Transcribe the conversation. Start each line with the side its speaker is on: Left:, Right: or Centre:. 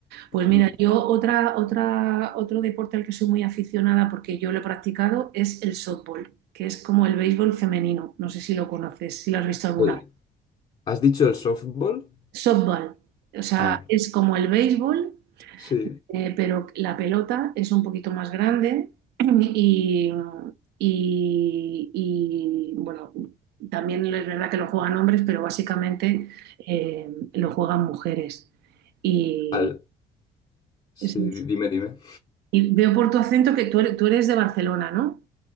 Right: Pues mira,
Left: Mm.
Right: yo otra, otra, otro deporte al que soy muy aficionada porque yo lo he practicado es el softball, que es como el béisbol femenino. No sé si lo conoces, si lo has visto alguna
Left: Eh,
Right: vez.
Left: ¿Has dicho el softball?
Right: Softball, o sea,
Left: Ah,
Right: es como el béisbol,
Left: sí.
Right: eh, pero la pelota es un poquito más grande <clears throat> y, y- y, bueno, también es verdad que lo juegan hombres, pero básicamente eh, lo juegan mujeres. Y,
Left: Al, sí,
Right: sí,
Left: di- dime, dime.
Right: Y veo por tu acento que tú eres, tú eres de Barcelona, ¿no?